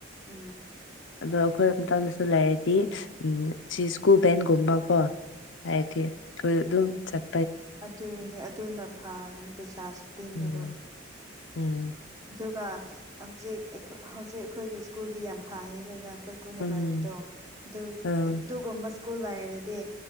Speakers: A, on the right; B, on the left.
A: ꯎꯝ
B: ꯑꯗꯣ ꯑꯩꯈꯣꯏ ꯑꯃꯝꯇꯗꯁꯨ ꯂꯩꯔꯗꯤ ꯎ ꯁꯤ ꯁ꯭ꯀꯨꯜ ꯕꯦꯟꯒꯨꯝꯕ ꯀꯣ ꯍꯥꯏꯔꯗꯤ ꯑꯗꯨꯏ ꯑꯗꯨꯝ ꯆꯠ
A: ꯑꯗꯨꯒꯤꯅꯦ ꯑꯗꯨꯅ ꯐꯥꯒꯅꯤ ꯄꯩꯁꯥꯁꯨ ꯇꯤꯡꯉꯔꯣꯏ
B: ꯎꯝ ꯎꯝ
A: ꯑꯗꯨꯒ ꯍꯧꯖꯤꯛ ꯑꯩꯈꯣ ꯍꯧꯖꯤꯛ ꯑꯩꯈꯣꯏꯒꯤ ꯁ꯭ꯀꯨꯜꯗꯤ ꯌꯥꯝ ꯐꯌꯦꯗꯅ ꯑꯩꯈꯣꯏ ꯀꯨꯟꯗ
B: ꯎꯝ
A: ꯂꯥꯏꯕꯗꯣ ꯑꯗꯨ
B: ꯎꯝ
A: ꯑꯗꯨꯒꯨꯝꯕ ꯁ꯭ꯀꯨꯜ ꯂꯩꯔꯗꯤ